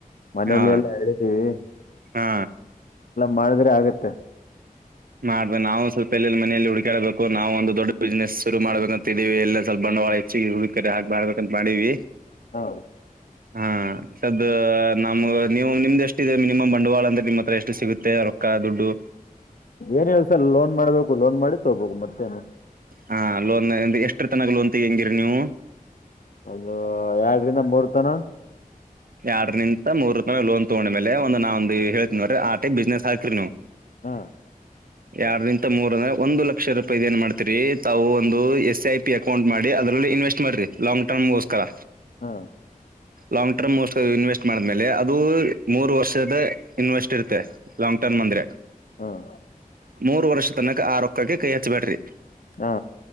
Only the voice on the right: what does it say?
ಹಾ
ಹಾ
ಮಾಡ್ಬೇಕ ನಾವು ಸ್ವಲ್ಪ ಎಲ್ಲ ಮನೇೆಯಲ್ಲಿ ಹುಡುಕಾಡಬೇಕು ನಾವು ಒಂದ ದೊಡ್ಡ ಬಿಸ್ನೆಸ್ ಶುರು ಮಾಡಬೇಕ ಅಂತಿದ್ದೀವಿ ಎಲ್ಲ ಸ್ವಲ್ಪ ಬಂಡವಾಳ ಹೆಚ್ಚಿಗೆ ಹುಡುಕ ಹಾಕ್ಬಾರಬೇಕು ಅಂತ ಮಾಡೀವಿ
ಹಾ ಸದ ನಮ್ ನೀವು ನಿಮ್ದ ಎಷ್ಟದೆ ಮಿನಿಮಮ್ ಬಂಡವಾಳ ಅಂದೆ ನಿಮ್ ಹತ್ರ ಎಷ್ಟು ಸಿಗುತ್ತೆ ರೊಕ್ಕ ದುಡ್ಡು
ಹಾ ಲೋನ್ ಎಷ್ಟ್ರ ತನಕ್ ಲೋನ್ ತೆಗಂಗಿರಿ ನೀವು
ಎರಡ ನಿಂತ ಮೂರ್ರತನ ಲೋನ್ ತಗೊಂಡ ಮೇಲೇ ಒಂದ ನಾವ ಒಂದ್ ಹೇಳ್ತೀನಿರಿ ಆ ಟೈಪ್ ಬಿಸ್ನೆಸ್ ಹಾಕ್ರರಿ ನೀವು
ಎರಡರಿಂತ ಮೂರಂದ ಒಂದು ಲಕ್ಷ ರೂಪಾಯಿ ಇದ ಏನ್ ಮಾಡ್ತಿರಿ ತಾವು ಒಂದು ಎಸ್ ಐ ಪಿ ಅಕೌಂಟ್ ಮಾಡಿ ಅದರಲ್ಲಿ ಇನ್ವೆಸ್ಟ್ ಮಾಡ್ರಿ ಲಾಂಗ್ ಟರ್ಮ್ಗೋಸ್ಕರ
ಲಾಂಗ್ ಟರ್ಮ್ ಇನ್ವೆಸ್ಟ್ ಮಾಡ್ಮೇಲೆ ಅದು ಮೂರು ವರ್ಷದ ಇನ್ವೆಸ್ಟ್ ಇರುತ್ತೆ ಲಾಂಗ್ ಟರ್ಮ್ ಅಂದ್ರೆ
ಮೂರು ವರ್ಷ ತನಕ ಆರ ಕಕ್ಕಗೆ ಕೈ ಹಚ್ಬೇಡ್ರಿ